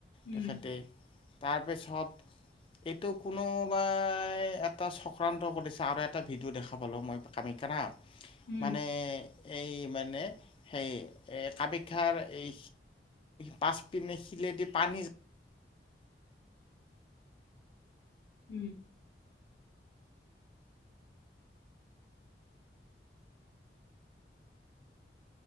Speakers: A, on the left; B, on the left.
A: উম
B: তেখেতে তাৰপিছত, এইটো কোনো এ এটা চক্ৰান্ত কৰিছে আৰু এটা ভিডিঅ দেখা <unintelligible> মই কাম্যাখা না
A: উম
B: মানে এই মানে সেই এই কামাখ্যাৰ এই পাঁচ পিনে শিলেদি পানী যা
A: উম।